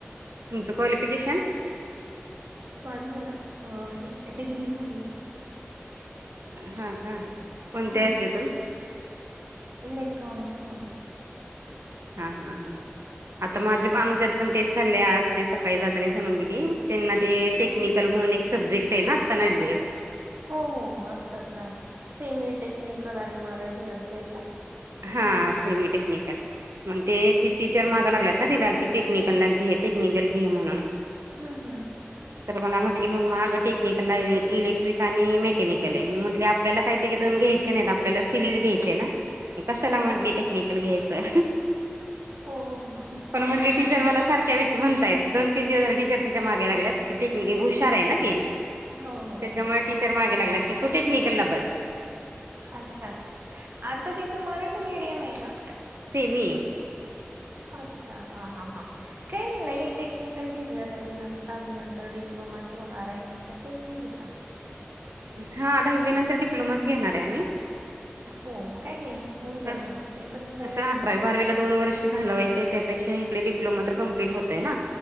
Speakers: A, on the right (about 80°); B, on the right (about 55°).
A: तुमचं क्वालिफिकेशन?
B: माझं ना हे डिग्री झाली.
A: हं का कोणत्या
B: हम्म
A: ह्याच्यातून
B: ह इलेक्ट्रॉनिक्स मधून.
A: हां हां हां आता माझ्या प आमच्यात पण तेच चाललंय आज ते सकाळी जाता आणि सांगून गेली त्यांना ते
B: हा.
A: टेक्निकल म्हणून एक सब्जेक्ट आहे ना, आता नविला.
B: हो हो हो असतात ना सेमी, टेक्निकल, आणि मराठी असेल ना?
A: हा सेमी टेक्निकल. मं ते ती टीचर मागां लागल्यात ना तिला की, टेक्निकलला घे टेक्निकल घे म्हणून.
B: हम् हम्!
A: तर मला म्हटली मंमा अगं टेक्निकल, इलेक्ट्रिक, आणि मेकॅनिकल, आहे म्हटल आपण, आपल्याला काही ते दोन घ्यायचे नाहीत आपल्याला सिव्हल घ्यायचेय ना? कशाला म्हंटली
B: अच्छा
A: टेक्निकल घ्यायचं.
B: हो हो हो हो.
A: पण म्हटली टीचर मला सारख्या विच ते म्हणताय दोन तीन दिवस टीचर तिच्या मागे लागल्यात की टेक्निकल हुशार आहे ना. <unintelligible>
B: हो हो
A: त्याच्यामुळे
B: हो
A: टीचर मागे लागल्यात की, तू टेक्निकल ला बस.
B: अच्छा, आता तिचं मराठी मीडियम आहे का?
A: सेमी ये.
B: अच्छा, हा हा हा. काही नाही, नाही टेक्निकल घेतला तरी दहावी नंतर डिप्लोमा किंवा बारावी नंतर करून घ्यायचा.
A: हां, दहावीनंतर डिप्लोमाच घेणार आहे आम्ही.
B: हो काही नाही होऊन जातं
A: तसं
B: मी पण दहावी
A: अकरा
B: नंतरच
A: बारवीला
B: घेतले.
A: दोन वर्ष घालवायचे, त्या पेक्षा इकडे डप्लोमा तर कम्प्लीट होतय ना.